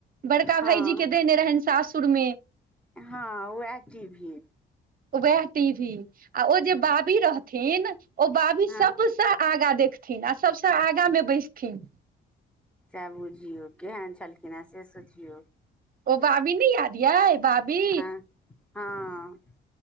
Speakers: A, on the right (about 45°); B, in the centre.
A: बड़का
B: हँ
A: भाईजीके देने रहनि सासुरमे
B: हँ, वैह टीभी
A: वएह टीभी आ ओ जे बाबी रहथिन ओ बाबी
B: हँ
A: सब सँ आगाँ देखथिन आ सबसँ आगामे बैसथिन
B: सएह बुझियौ केहन छलखिनहेँ से सोचियौ
A: ओ बाबी नइ याद यै बाबी
B: ऐं, हँ